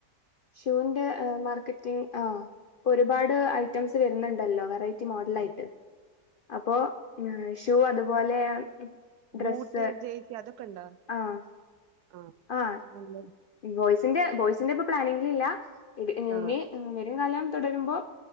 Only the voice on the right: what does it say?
അതെ
ബൂട്ട്ജേ്സി അതൊക്കെ ഇണ്ടോ
ആഹ്
നല്ലത്
ആ